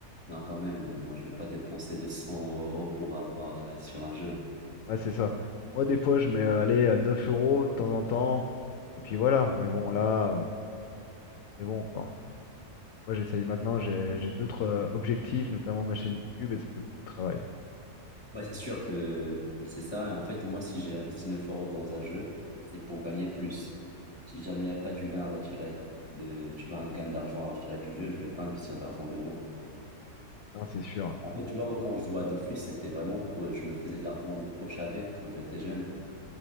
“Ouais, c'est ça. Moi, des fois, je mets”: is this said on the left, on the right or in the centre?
Left